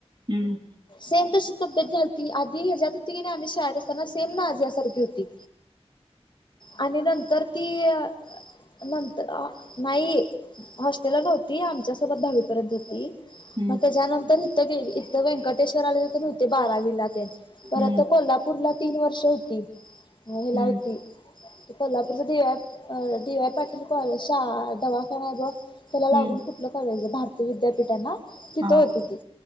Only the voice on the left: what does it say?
सेम तशी तब्येत झालती आधी ह्याच्यात होती की, नाही आम्ही शाळेत असताना, सेम नाझिया यासारखी होती. आणि नंतर ती अ नंतर. अ नाही हॉस्टेल नव्ह ती आमच्यासोबत दहावीपर्यंत होती.
मग त्याच्यानंतर. जे जे इथं व्यंकटेश्वर आले ज नव्हते बारवीला. तेन परत
कोल्हापूरला. तीन वर्ष होती. हे
ला होती त कोल्हापूरचा दे ॲ अ डी वाय पाटील कॉले शा दवाखाान आहे. ब त्याला लागून
कुठलं कॉलेज आहे. भारतीय विद्यापीठा आहे ना. तिथं
होती ती.